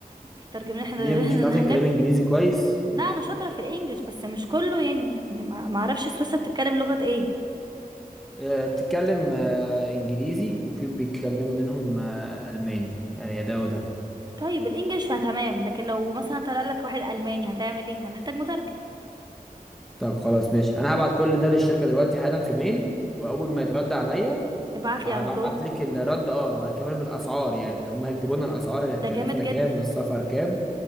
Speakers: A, on the right; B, in the centre.
A: الترجمة ان احنا
B: ليه
A: <laughs>
B: مش بتعرف
A: اللي هنلف
B: تتكلم انجليزي كويس
A: لا انا شاطره في الانجليش بس مش كله يعني يعني ما ما اعرفش سويسرا بتتكلم لغه ايه
B: آه، بتتكلم آه، انجليزي وفي بيتكلم منهم آه، الماني يعني يا ده وده
A: طيب الانجليش انا تمام لكن لو مثلا طلع لك واحد الماني هتعمل ايه هنحتاج مترجم
B: طب خلاص ماشي انا هبعت كل ده للشركه دلوقتي حالا في ميل واول ما يترد عليا
A: ابعت
B: هبعت
A: لي على طول
B: لك الرد اه كمان بالاسعار يعني هم هيكتبوا لنا الاسعار اللي هتكلفنا
A: ده جامد
B: كام
A: جدا
B: والسفر كام